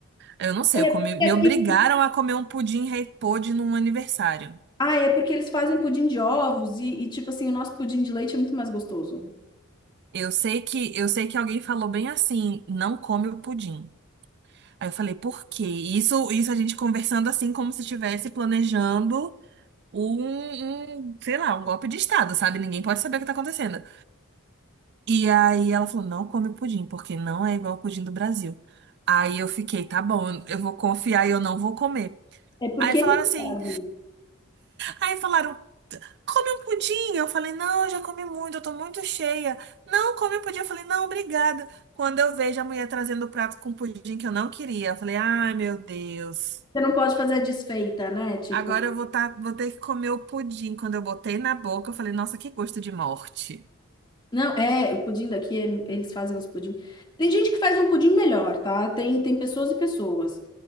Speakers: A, on the right (about 55°); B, on the left (about 20°).
A: Eu não sei,
B: Ah, é
A: eu comi,
B: porque
A: me obrigaram
B: aqui-
A: a comer um pudim rei pôde num aniversário.
B: Ah, é porque eles fazem pudim de ovos e, e, tipo assim, o nosso pudim de leite é muito mais gostoso.
A: Eu sei que, eu sei que alguém falou bem assim, não come o pudim. Aí eu falei, por quê? E Isso, isso a gente conversando assim como se estivesse planejando um, um, sei lá, um golpe de estado, sabe? Ninguém pode saber o que tá acontecendo. E aí ela falou, não come pudim, porque não é igual o pudim do Brasil. Aí eu fiquei, tá bom, eu eu vou confiar e eu não vou comer.
B: É porque
A: Aí falaram
B: eles
A: assim,
B: fazem.
A: aí falaram, come um pudim. Eu falei, não, eu já comi muito, eu tô muito cheia. Não, come um pudim. Eu falei, não, obrigada. Quando eu vejo a mulher trazendo o prato com pudim que eu não queria, eu falei, ai, meu Deus.
B: Você não pode fazer a desfeita, né? Tipo,
A: Agora eu vou, tá, vou ter que comer o pudim. Quando eu botei na boca, eu falei, nossa, que gosto de morte.
B: Não, é, o pudim daqui, é- eles fazem uns pudim. Tem gente que faz um pudim melhor, tá? Tem, tem pessoas e pessoas.